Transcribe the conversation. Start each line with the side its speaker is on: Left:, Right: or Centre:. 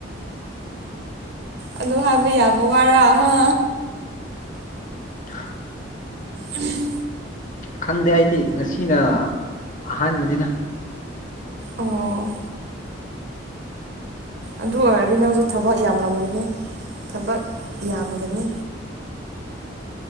Right: ꯑꯗꯨ ꯍꯥꯏꯕ ꯌꯥꯕ ꯋꯥꯔꯥ ꯍꯥ
Left: <unintelligible>
Right: ꯎꯝ
Left: ꯈꯪꯗꯦ ꯑꯩꯗꯤ ꯉꯁꯤꯅ ꯑꯍꯥꯟꯕꯅꯤꯅ
Right: ꯑꯣ ꯑꯗꯨ ꯑꯣꯏꯔꯗꯤ ꯅꯪꯁꯨ ꯊꯕꯛ ꯌꯥꯝꯂꯝꯒꯅꯤ ꯊꯕꯛ ꯌꯥꯝꯒꯅꯤ